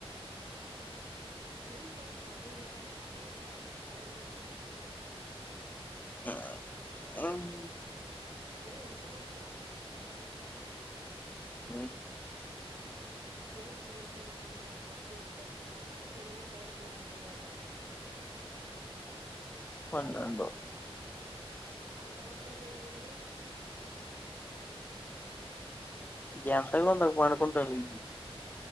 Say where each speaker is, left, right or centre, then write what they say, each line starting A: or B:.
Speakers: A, on the right; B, on the left.
A: నీసాం పదిన్నర కన్న లెయ్యరారా ఎవరన్నా అప్ప
B: ఆ అమ్
A: మరి ఇంతవరకా
B: మ్మ్
A: ఏం తినకోకుండా బ్రష్ చేసుకోకుండా రాత్రి ఎన్ని గంటల వరకు మేలుకున్నారు
B: పన్నేండు
A: అంత అవసరం ఏముంది
B: ఎంతకో అంతకు పడుకుంటారు